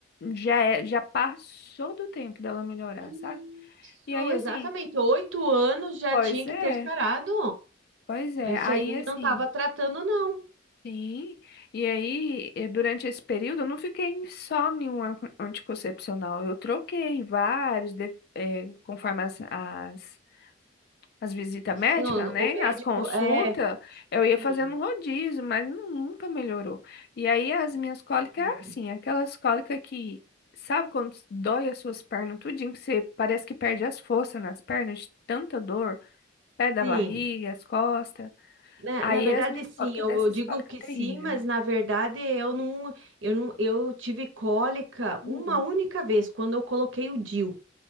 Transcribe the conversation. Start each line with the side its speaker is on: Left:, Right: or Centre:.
Left: já, é- já passou do tempo dela melhorar,
Right: Isso,
Left: sabe? E aí,
Right: exatamente.
Left: assim.
Right: Oito anos já
Left: Pois
Right: tinha
Left: é,
Right: que ter sarado.
Left: pois é.
Right: Isso
Left: Aí
Right: aí ele
Left: assim,
Right: não estava tratando, não.
Left: sim. E aí, eh, durante esse período, eu não fiquei só em um an- anticoncepcional. Eu troquei vários, de- eh, conforme as, as, as visitas
Right: Assim,
Left: médicas,
Right: o,
Left: né?
Right: o médico
Left: As consultas,
Right: é.
Left: eu ia fazendo
Right: Sim.
Left: um rodízio, mas nu- nunca melhorou. E aí, as minhas cólicas,
Right: Uhum.
Left: era assim, aquelas cólicas que, sabe quando dói as suas pernas tudinho, que você parece que perde as forças nas pernas de tanta dor, pé da
Right: Sim.
Left: barriga, as costas.
Right: Na,
Left: A
Right: na
Left: Yasmin
Right: verdade,
Left: Histórica
Right: sim, eu,
Left: dessa
Right: eu digo
Left: Histórica
Right: que
Left: Terrível.
Right: sim, mas na verdade eu não, eu não, eu tive cólica
Left: Hum.
Right: uma única vez quando eu coloquei o DIU.